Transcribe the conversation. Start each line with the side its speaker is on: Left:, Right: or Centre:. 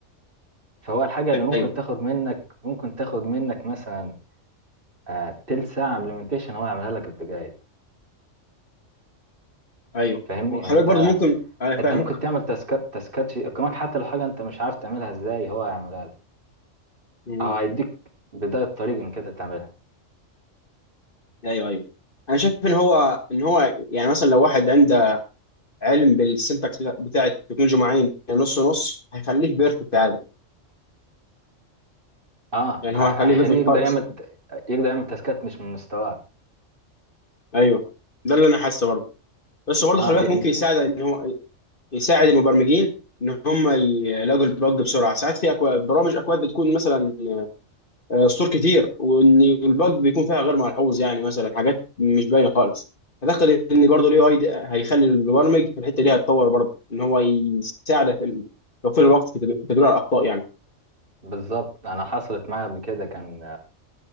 Right: فهو الحاجه اللي ممكن
Left: ايوه
Right: تاخد منك ممكن تاخد منك مثلا آه، تلت ساعه implementation هو يعملها لك في دقايق
Left: ايوه
Right: فاهمني
Left: وخلي
Right: يعني انت
Left: بالك برضه ممكن انا
Right: انت
Left: فاهمك
Right: ممكن تعمل تاسكات تاسكات يقيمك حتى لو حاجه انت مش عارف تعملها ازاي هو هيعملها لك
Left: مم.
Right: او هيديك بدايه طريق انك انت تعملها
Left: ايوه ايوه انا شايف ان هو ان هو يعني مثلا لو واحد عنده علم بالسنتكس بتاع التكنولوجيا معين نص نص هيخليه بيرفكت عادي
Right: اه
Left: يعني
Right: ه-
Left: هو هيخليه
Right: هيخليه
Left: بيرفكت
Right: يقدر
Left: خالص
Right: يعمل يقدر يعمل تاسكات مش من مستواه
Left: ايوه ده اللي انا حاسه برضه بس برضه
Right: اه
Left: خلي بالك
Right: دي, دي
Left: ممكن يساعد ان هو يساعد المبرمجين ان هم يلاقوا البج بسرعه ساعات في اكواد برامج اكواد بتكون مثلا آه، سطور كتير وان البج بيكون فيها غير ملحوظ يعني مثلا حاجات مش باينه خالص اعتقد ان برضه الاي اي هيخلي المبرمج في الحته دي هيتطور برضه ان هو يساعده في ال- توفير الوقت في تد- في تدوير الاخطاء يعني
Right: بالظبط انا حصلت معايا قبل كده كان